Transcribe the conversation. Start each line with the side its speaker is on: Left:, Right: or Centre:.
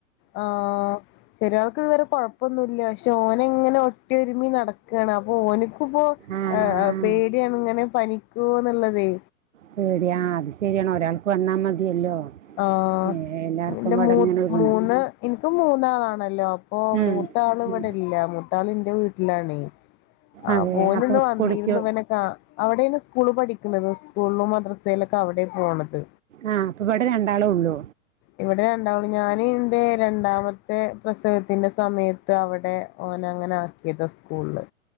Left: ആ ചെറിയാൾക്ക് ഇതുവരെ കൊഴപ്പൊന്നും ഇല്ല പക്ഷെ ഓനിങ്ങനെ ഒട്ടിയൊരുമ്മി നടക്കാണ് അപ്പൊ ഓൻക്ക് ഇപ്പോ
Right: ആ
Left: ആഹ് ആഹ് പേടിയാണ്
Right: ആ
Left: ഇങ്ങനെ പനിക്കോന്ന് ഇള്ളതെ
Right: പേടിയാ അത് ശരിയാണ് ഒരാൾക്ക് വന്നാ മതിയല്ലോ
Left: ആഹ്
Right: ഏ എല്ലാർക്കും
Left: പിന്നെ
Right: ഇവിടെ
Left: മൂന്ന്
Right: ഇങ്ങനെ ഒരുമിച്ച്
Left: മൂന്ന് എനിക്ക് മൂന്നാണല്ലോ ഓ
Right: ഉം
Left: മൂത്താളിവിടില്ല
Right: ഉം
Left: മൂത്താൾ എന്റെ വീട്ടിലാണെ ആഹ്
Right: അതെ
Left: മോൻ
Right: അപ്പൊ
Left: ഇന്ന് വന്നിര്ന്നു
Right: സ്കൂളിക്ക്
Left: ഇവനെ കാ അവിടെണ് സ്കൂള് പഠിക്കണത് സ്കൂളും മദ്രസയിലൊക്കെ അവിടെ പോണത്
Right: ആഹ് ഇപ്പ ഇവെടെ രണ്ടാളെ ഒള്ളു
Left: ഇവിടെ രണ്ടാളും ഞാന് എന്റെ രണ്ടാമത്തെ മത്തെ പ്രസവത്തിന്റെ സമയത്ത് അവിടെ ഓനങ്ങനെ ആക്കിയതാ സ്കൂളില്